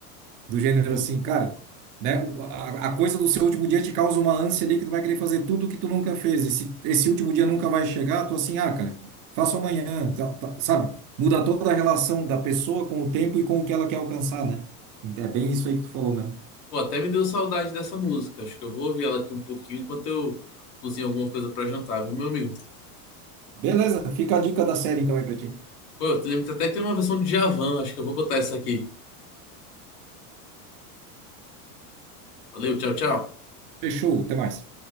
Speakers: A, on the right; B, on the left.
A: Do gênero
B: hum.
A: assim, cara, né? o- A, a coisa do seu último dia te causa uma ânsia ali que tu vai querer fazer tudo que tu nunca fez. E se esse último dia nunca vai chegar, tu assim, ah, cara, faço amanhã, tá- tá- sabe? Muda toda a relação da pessoa com o tempo e com o que ela quer alcançar, né? Então, É bem isso aí que tu falou mesmo.
B: pô, até me deu saudade dessa música. Acho que eu vou ouvir ela aqui um pouquinho enquanto eu cozinho alguma coisa pra jantar, viu, meu amigo?
A: Beleza, fica a dica da série então aí pra ti.
B: Pô, eu te lembro que até que tem uma versão de Javan, acho que eu vou botar essa aqui. Valeu, tchau, tchau.
A: Fechou, até mais.